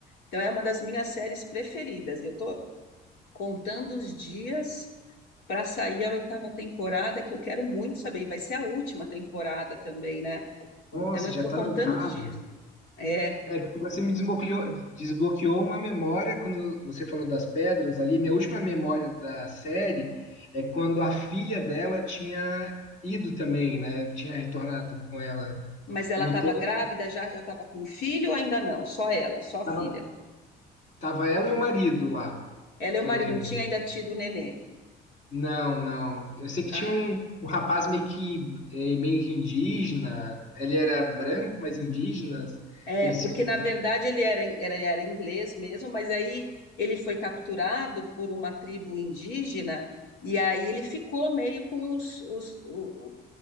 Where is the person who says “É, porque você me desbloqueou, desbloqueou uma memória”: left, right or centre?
Left